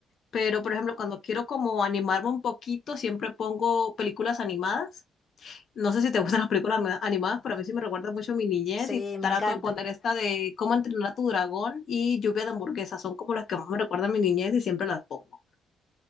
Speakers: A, on the left (about 55°); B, on the left (about 30°).
A: Pero, por ejemplo, cuando quiero como animarme un poquito, siempre pongo películas animadas. No sé si te <laughs> gustan las películas ama- animadas, pero a mí sí me recuerda mucho a mi niñez
B: Sí,
A: y
B: me
A: trato
B: encantan.
A: de poner esta de Cómo entrenar a tu dragón y Lluvia de hamburguesas. Son como las que más me recuerdan a mi niñez y siempre las pongo.